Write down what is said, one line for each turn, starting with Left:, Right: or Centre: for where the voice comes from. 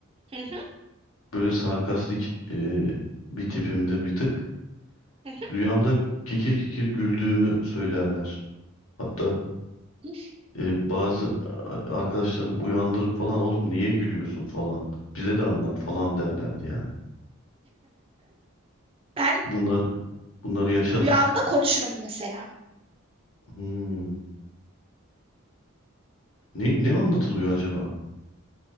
Right: Hı hı.
Left: Böyle sarkastik e, bir tipimdir bir tık.
Right: Hı
Left: Rüyamda kikir kikir güldüğümü söylerler. Hatta
Right: hı.
Left: e, bazı a- arkadaşlarım uyandırıp falan oğlum niye gülüyorsun falan. Bize de anlat falan derlerdi yani.
Right: Ben
Left: Bunları bunları yaşadım.
Right: rüyamda
Left: <laughs>
Right: konuşurum mesela.
Left: Hmm. Ne ne anlatılıyor acaba?